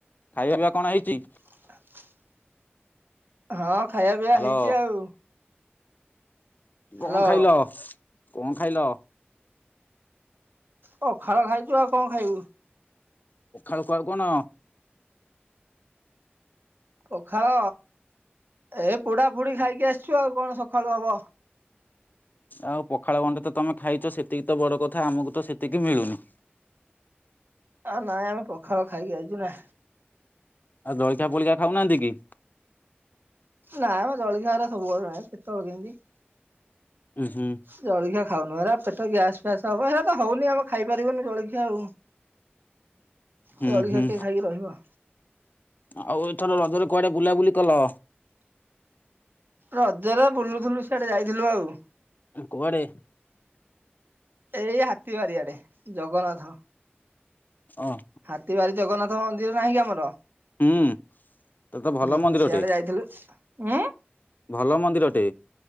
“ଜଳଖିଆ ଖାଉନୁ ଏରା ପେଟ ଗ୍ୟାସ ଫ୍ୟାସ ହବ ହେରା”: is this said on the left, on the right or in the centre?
Right